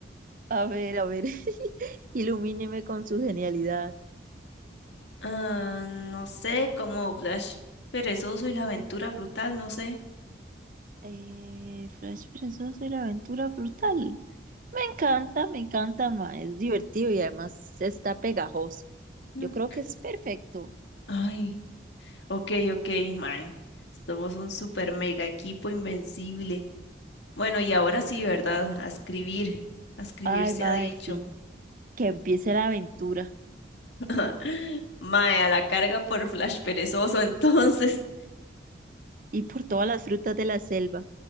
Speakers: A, on the right (about 45°); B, on the left (about 80°).
A: A ver, a ver, <laughs> ilumíneme con su genialidad.
B: Ah, no sé, como Flash perezoso y la aventura brutal, no sé.
A: Eh, Flash Perezoso y la aventura frutal. Me encanta, me encanta, ma. Es divertido y además está pegajoso.
B: Mm.
A: Yo creo que es perfecto.
B: Ay, ok, ok, man. Somos un super mega equipo invencible. Bueno, y ahora sí, ¿verdad? A escribir. A escribir
A: Ay,
B: se
A: ma,
B: ha dicho.
A: sí. Que empiece la aventura
B: <gasps> Mae, a la carga por Flash perezoso, <laughs> entonces.
A: y por todas las frutas de la selva.